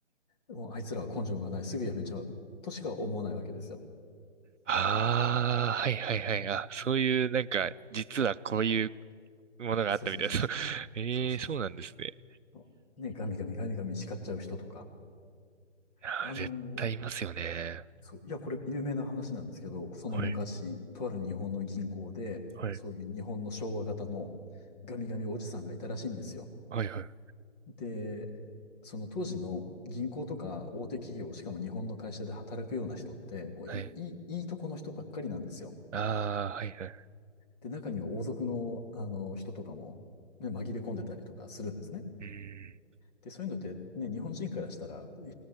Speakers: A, on the left; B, on the right.
A: もうあいつらは根性がない、すぐやめちゃう。としか思わないわけですよ。
B: ああ、はいはいはい。あ、そういう、なんか、実はこういうものがあったみたいです。
A: そうそうそうそう。
B: <laughs> ええ、
A: そうそう
B: そうなんですね。
A: そう。ね、ガミガミガミガミ叱っちゃう人とか。
B: あー、
A: あの、
B: 絶対いますよね。
A: そう、いや、これ有名な話なんですけど、その昔、
B: はい、
A: とある日本の銀行で、
B: はい、
A: そういう日本の昭和型のガミガミおじさんがいたらしいんですよ。
B: はい、はい。
A: で、その当時の銀行とか大手企業、しかも日本の会社で働くような人って、もういい、
B: はい。
A: いいいいとこの人ばっかりなんですよ。
B: ああ、はいはい。
A: で、中には王族の、あの人とかも、ね、紛れ込んでたりとかするんですね。
B: うん、
A: で、そういうのってね、日本人からしたら、